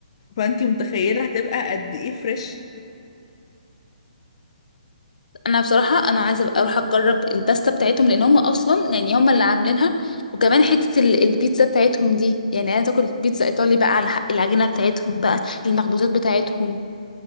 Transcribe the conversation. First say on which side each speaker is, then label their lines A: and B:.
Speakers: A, on the left; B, on the left.
A: فانتي متخيله هتبقى قد ايه فريش
B: انا بصراحه انا عايزه أبقى اروح اجرب الباستا بتاعتهم لان هم اصلا يعني هم اللي عاملينها وكمان حته ال- البيتزا بتاعتهم دي يعني عايزه اكل بيتزا ايطالي بقى على حق العجينه بتاعتهم بقى المخبوزات بتاعتهم